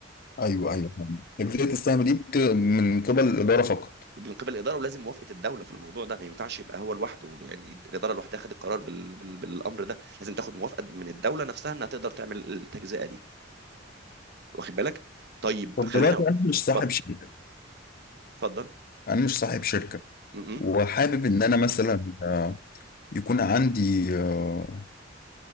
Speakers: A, on the left; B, on the right.
A: أيوه أيوه فاهم. تجزئة السهم دي بت... من قبل الإدارة فقط
B: من قبل الاداره ولازم موافقه الدوله في الموضوع ده ما ينفعش يبقى هو لوحده يعني الاداره لوحدها خدت القرار بال... بال... بالامر ده لازم تاخد موافقه من الدوله نفسها انها تقدر تعمل التجزئه دي واخد بالك طيب
A: طب
B: خلينا
A: دلوقتي أنا مش
B: اتفضل
A: صاحب شركة
B: اتفضل
A: أنا مش صاحب شركة
B: م-م.
A: وحابب ان انا مثلا آه، يكون عندي آه،